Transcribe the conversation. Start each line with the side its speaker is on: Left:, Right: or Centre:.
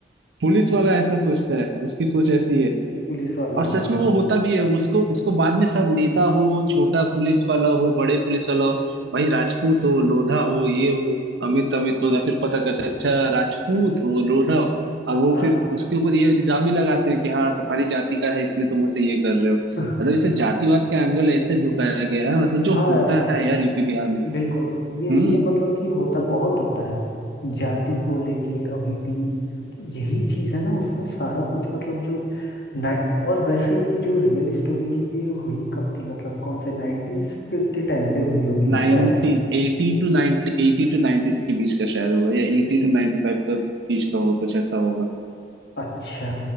Right: पुलिस वाला ऐसा सोचता है उसकी सोच ऐसी है
Left: पुलिस वाला
Right: और सच
Left: हाँ
Right: में वो होता भी है उसको उसको बाद में सब नेता हो छोटा पुलिस वाला हो बड़े पुलिस वाला हो भाई राजपूत हो लोधा हो ये हो अमित अमित लोधा फिर पता करता है, अच्छा राजपूत हो लोधा हो और वो
Left: हाँ
Right: फिर उसके ऊपर ये इल्जाम भी लगाते हैं कि हाँ तुम्हारी जाति का है इसलिए तुम उसे ये कर रहे हो
Left: <laughs>
Right: मतलब इसे जातिवाद का एंगल ऐसे ढुकाया गया है मतलब जो
Left: हाँ
Right: होता
Left: ऐसा
Right: है यार यूपी बिहार में
Left: बिल्कुल ये
Right: हम्म
Left: ये मतलब कि होता बहुत होता है जाति को लेके अभी भी तो यही चीज है ना उसमें सारा कुछ मतलब जो नाइट और वैसे ये जो रियल स्टोरी थी ये हुई कब थी मतलब कौन से नाइन्टीज के टाइम पे हुई होगी ना
Right: नाइनटीज
Left: शायद
Right: एटी टू 90 एटी टू नाइनटीज के बीच का शायद होगा या एटी टू नाइनटी फाइव के बीच का होगा कुछ ऐसा होगा
Left: अच्छा